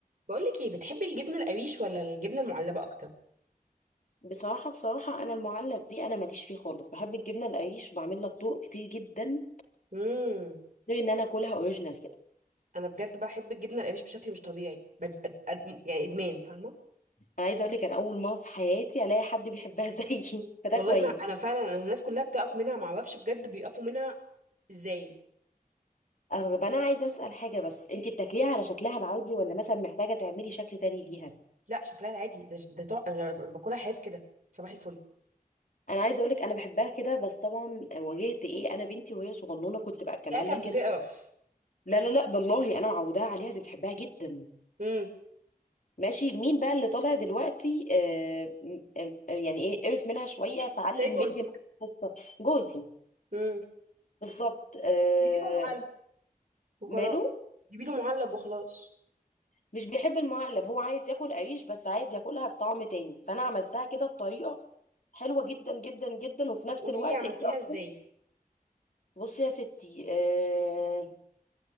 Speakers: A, on the right; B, on the left.
A: بقولك ايه بتحبي الجبنه القريش ولا الجبنه المعلبه اكتر
B: بصراحة بصراحة أنا المعلب دي أنا ماليش فيه خالص بحب الجبنة القريش وبعمل لها طرق كتير جدا
A: امم
B: غير إن أنا أكلها أوريجينال كده
A: انا بجد بحب الجبنه القريش بشكل مش طبيعي بد... أد... أد... يعني ادمان فاهمه
B: أنا عايزة أقول لك أنا أول مرة في حياتي ألاقي حد بيحبها <laughs> زيي فده
A: والله
B: كويس
A: ما انا فعلا أنا الناس كلها بتقف منها ما اعرفش بجد بيقفوا منها ازاي
B: طب أنا عايزة أسأل حاجة بس أنت بتاكليها على شكلها العادي ولا مثلا محتاجة تعملي شكل تاني ليها
A: لا شكلها العادي ده ده طع... انا باكلها حاف كده صباح الفل
B: أنا عايزة أقول لك أنا بحبها كده بس طبعا واجهت إيه أنا بنتي وهي صغنونة كنت بأكلها
A: لا كانت
B: لها كده
A: بتقرف
B: لا لا لا بالله أنا معوداها عليها دي بتحبها جدا
A: امم
B: ماشي مين بقى اللي طالع دلوقتي آه م- آه، يعني ايه قرف منها شويه فعلم
A: تلاقي جوزك
B: بنتي الخطة. جوزي
A: امم
B: بالظبط آه
A: جيبي له معلب وخلاص
B: ماله
A: جيبي له معلب وخلاص
B: مش بيحب المعلب هو عايز ياكل قريش بس عايز ياكلها بطعم تاني فانا عملتها كده بطريقه حلوه جدا جدا جدا وفي
A: طب
B: نفس
A: قولي
B: الوقت
A: لي عملتيها
B: انت اصلا
A: ازاي
B: بصي يا ستي آه